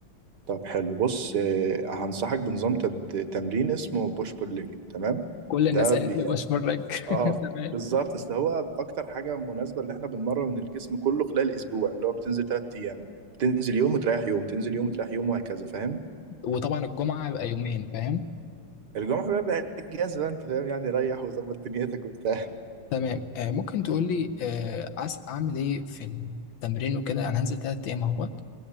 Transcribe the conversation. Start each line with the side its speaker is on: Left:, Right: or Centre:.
Right: طب حلو بص آه، هنصحك بنظام تد... تمرين اسمه بوش بول ليج تمام
Left: كل الناس
Right: ده
Left: قالت
Right: بي...
Left: لي بشمرك
Right: اه
Left: <laughs> تمام
Right: بالظبط اصل هو اكتر حاجه مناسبه اللي احنا بنمرن الجسم كله خلال اسبوع اللي هو بتنزل ثلاث ايام بتنزل يوم وتريح يوم تنزل يوم وتريح يوم وهكذا فاهم
Left: وطبعا الجمعة يبقى يومين فاهم
Right: الجمعه بيبقى اجازه بقى انت فاهم يعني ريح وظبط دنيتك وبتاع
Left: تمام آه ممكن تقول لي آه عس اعمل ايه في التمرين وكده يعني هنزل ثلاث ايام اهوت